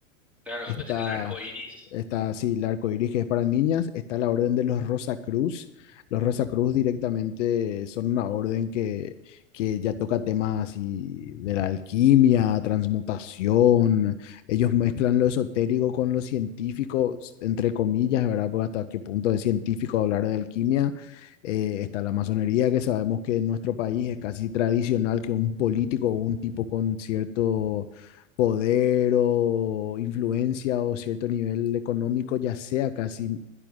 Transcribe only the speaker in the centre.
Claro,
después tenés el arco iris.